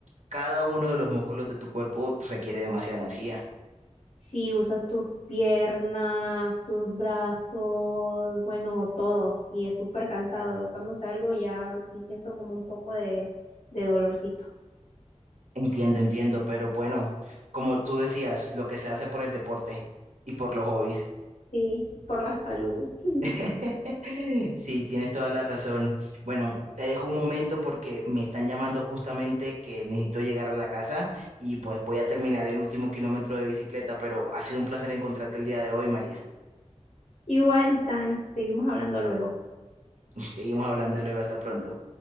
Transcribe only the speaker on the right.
cada uno de los músculos de tu cuerpo requiere demasiada energía.
Entiendo, entiendo, pero bueno, como tú decías, lo que se hace por el deporte y por los hobbies.
<laughs> Sí, tienes toda la razón. Bueno, te dejo un momento porque me están llamando justamente que necesito llegar a la casa y pues voy a terminar el último kilómetro de bicicleta, pero ha sido un placer encontrarte el día de hoy, María.
<laughs> Seguimos hablando luego, hasta pronto.